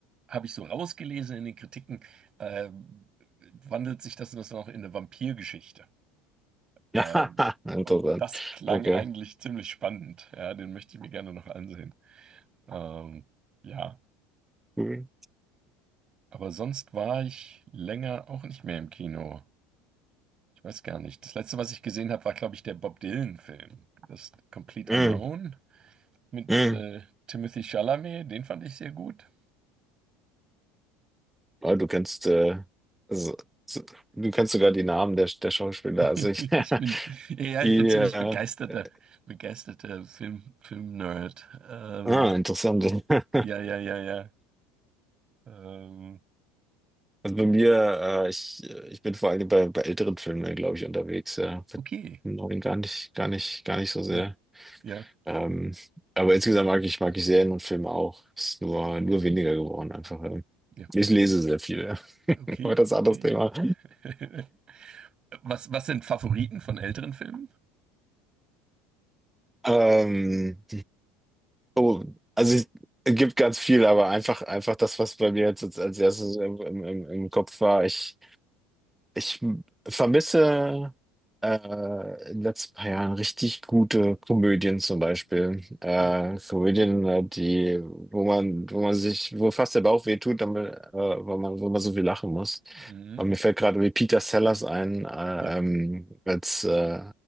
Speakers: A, on the right (about 25°); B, in the centre.
A: habe ich so rausgelesen in den Kritiken, äh, wandelt sich das das noch in eine Vampirgeschichte.
B: <laughs>
A: Ähm,
B: Ja, interessant.
A: und das klang
B: Okay.
A: eigentlich ziemlich spannend. Ja, den möchte ich mir gerne noch ansehen. Ähm, ja.
B: Cool.
A: Aber sonst war ich länger auch nicht mehr im Kino. Ich weiß gar nicht. Das letzte, was ich gesehen habe, war, glaube ich, der Bob Dylan-Film. Das Complete
B: Hm,
A: Unknown mit
B: hm.
A: äh, Timothy Chalamet. Den fand ich sehr gut. <laughs>
B: Oh, du kennst, äh, so, so, du kennst sogar die Namen der, der Schauspieler.
A: Ich
B: Also ich,
A: bin, ja,
B: <laughs>
A: ich
B: die,
A: bin ziemlich
B: äh,
A: begeisterter,
B: äh,
A: begeisterter Film, Film-Nerd. Ähm,
B: ah, interessant. <laughs>
A: ja, ja, ja, ja. Ähm,
B: Also bei mir, äh, ich, ich bin vor allem bei, bei älteren Filmen, glaube ich, unterwegs. Ja. Bei
A: okay.
B: neuen gar nicht, gar nicht, gar nicht so sehr.
A: Ja, ja.
B: Ähm, aber insgesamt mag ich, mag ich Serien und Filme auch. Ist nur, nur
A: Mhm.
B: weniger geworden einfach. ähm.
A: Ja,
B: Ich lese sehr viel. <laughs>
A: okay,
B: Aber das ist ein
A: okay.
B: anderes Thema.
A: <laughs> Was, was sind Favoriten von älteren Filmen?
B: Ähm, oh, also ich, es gibt ganz viel, aber einfach, einfach das, was bei mir jetzt, jetzt als erstes im, im, im im Kopf war. Ich Ich m- vermisse äh, in den letzten paar Jahren richtig gute Komödien zum Beispiel. Äh,
A: Okay.
B: Komödien, äh, die, wo man, wo man sich, wo fast der Bauch weh tut, damit, äh, weil man, wo man so viel lachen muss.
A: Mhm.
B: Und mir fällt gerade wie Peter Sellers ein, äh,
A: Ja.
B: ähm, als, äh,